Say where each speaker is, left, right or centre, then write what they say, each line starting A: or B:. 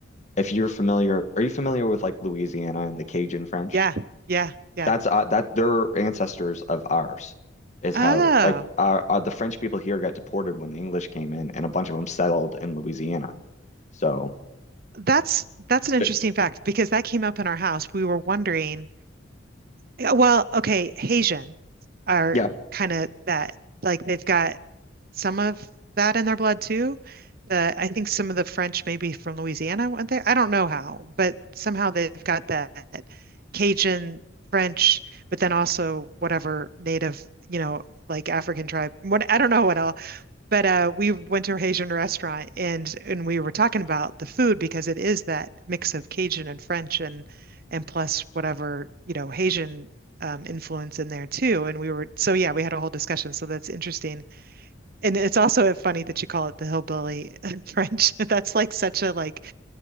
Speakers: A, on the left (about 40°); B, on the right (about 50°).
A: if you're familiar, are you familiar with like Louisiana and the Cajun French?
B: Yeah, yeah, yeah.
A: That's uh, that they're ancestors of ours, is
B: Oh,
A: how like our, our the French people here got deported when the English came in, and a bunch of them settled in Louisiana. So,
B: that's that's an interesting
A: but-
B: fact because that came up in our house. We were wondering, yeah, well, okay, Haitian are
A: yeah,
B: kind of that, like they've got some of that in their blood too. The I think some of the French maybe from Louisiana went there. I don't know how, but somehow they've got that Cajun French, but then also whatever native, you know, like African tribe. What I don't know what else. But uh, we went to a Haitian restaurant and and we were talking about the food because it is that mix of Cajun and French and and plus whatever, you know, Haitian um, influence in there too. And we were so yeah, we had a whole discussion. So that's interesting. And it's also funny that you call it the hillbilly <laughs> French. That's like such a like